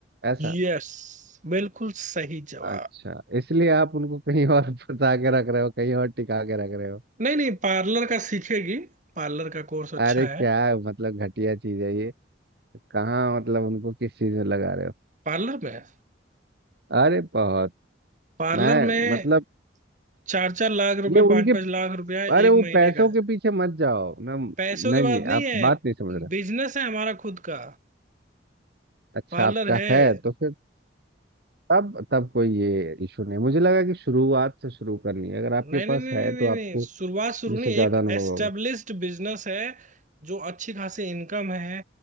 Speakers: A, on the right; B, on the right.
A: ऐसा
B: यस बिल्कुल सही जवाब
A: अच्छा इसलिए आप उनको कहीं और <laughs> फंसा के रख रहे हो कहीं और टिका के रख रहे हो
B: नहीं नहीं पार्लर का सीखेगी पार्लर का कोर्स अच्छा
A: अरे
B: है
A: क्या है, मतलब घटिया चीज है ये कहाँ मतलब उनको किस चीज में लगा रहे हो
B: पार्लर में
A: अरे बहुत
B: पार्लर
A: मैं
B: में
A: मतलब
B: चार चार लाख रुपए
A: ये
B: पांच
A: उनके
B: पांच लाख रुपया
A: अरे
B: एक
A: वो
B: महीने
A: पैसों
B: का
A: के
B: है
A: पीछे मत जाओ ना नहीं
B: पैसों की बात
A: नहीं
B: नहीं
A: आप
B: है
A: बात नहीं समझ रहे
B: बिजनेस है हमारा खुद का
A: अच्छा
B: पार्लर
A: आपका
B: है
A: है तो फिर तब तब कोई ये इशू नहीं मुझे लगा कि शुरुआत से शुरू करनी है अगर आपके
B: नहीं नहीं
A: पास
B: नहीं
A: है
B: नहीं नहीं,
A: तो आपको
B: नहीं। शुरुआत शुरू
A: मुझसे
B: नहीं एक
A: ज्यादा अनुभव
B: एस्टेब्लिश्ड
A: होगा
B: बिजनेस है जो अच्छी खासी इनकम है